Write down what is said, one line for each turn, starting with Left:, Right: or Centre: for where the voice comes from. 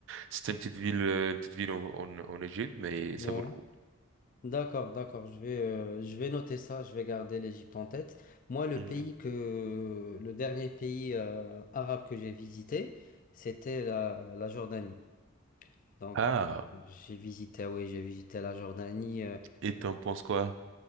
Right: C'est une petite ville, euh, une petite ville en, en, en Égypte, mais ça
Left: Ouais.
Right: vaut le coup.
Left: D'accord, d'accord, je vais, euh, je vais noter ça, je vais garder l'Égypte en tête. Moi, le
Right: Mhm.
Left: pays que, le dernier pays euh, arabe que j'ai visité, c'était la, la Jordanie. Donc,
Right: Ah,
Left: euh, j'ai visité, ah oui, j'ai visité la Jordanie. euh,
Right: et t'en penses quoi?